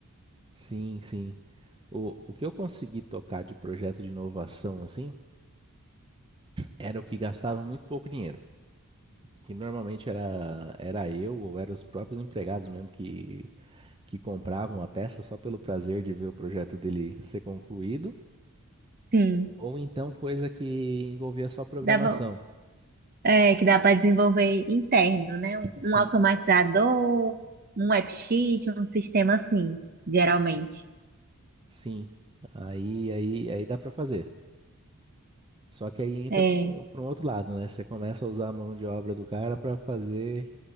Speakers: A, on the right; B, on the right.
A: Sim, sim. O, o que eu consegui tocar de projeto de inovação, assim, era o que gastava muito pouco dinheiro. Que normalmente era, era eu ou eram os próprios empregados mesmo que que compravam a peça só pelo prazer de ver o projeto dele ser concluído,
B: Sim.
A: ou então coisa que envolvia só programação.
B: Dá, vo- é, que dá para desenvolver interno, né? Um,
A: Sim,
B: um automatizador, um app sheet, um sistema assim, geralmente.
A: sim. Aí, aí, aí dá para fazer. Só que aí entra
B: É.
A: para um, pra um outro lado, né? Você começa a usar a mão de obra do cara para fazer